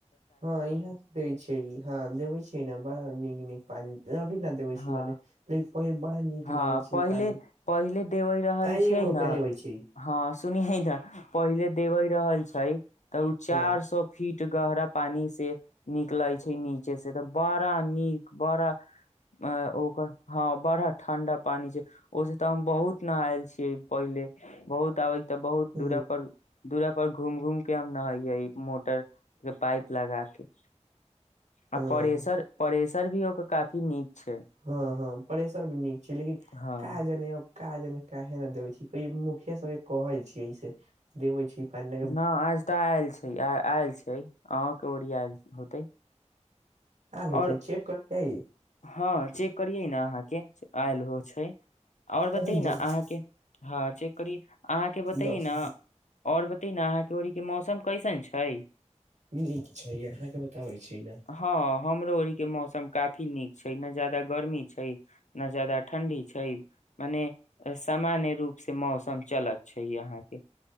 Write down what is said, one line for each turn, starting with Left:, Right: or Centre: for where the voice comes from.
Right: हँ इहा दे छै ह देवे छै ने बड़ा नीक नीक पानी अभी ने देबे छी
Left: हँ
Right: मने लेकिन पहि बड़ा नीक
Left: हँ
Right: लागै छै
Left: पहिले
Right: ई पानी पा
Left: पहिले देबे रहल
Right: अय
Left: छियै
Right: रोपै
Left: न
Right: ले होै छै <unintelligible>
Left: हँ सुनेये ने पहिले देबे रहल छै तऽ ओ
Right: हँ
Left: चार सौ फिट गहरा पानी से निकले छै नीचे से तऽ बड़ा नीक बड़ा आ ओकर हँ बड़ा ठंडा पानी छै ओहिस तऽ हम बहुत नहायल छियै पहिले बहुत आबै तऽ बहुत
Right: ह
Left: दूरा पर दूरा पर घूम घूम के हम नहैये मोटर के पाइप लगा के आ
Right: ह
Left: परेसर परेसर भी ओकर काफी नीक छै
Right: हँ हँ प्रेेशर भी नीक छै लेकिन
Left: हँ
Right: का जनेब काजने काहे ने देबै छै मुखिया सबके कहै छियै इ से देबै छी पानी ने
Left: न आज तऽ आयल छै आयल छै अहाॅं के ओर आयल होते
Right: आयल
Left: और
Right: तऽ ई चेेक करबै
Left: हँ चेक करियै ने अहाँके आयल हो छै आओर बतै
Right: अरे जल्दी
Left: ने अहाँके हँ चेक करी अहाँके बतै
Right: दस
Left: न ' ओर बतेनए न अहाँके ओड़ीक के मौसम कैसन छै
Right: नीक छै अहाँके बताबै छी ने '
Left: हँ हमरो ओरी के मौसम काफी नीक छै ने ज्यादा गर्मी छै न जैदा ठण्डी छै मने सामान्य रूप से मौसम चलत छै यहाँ के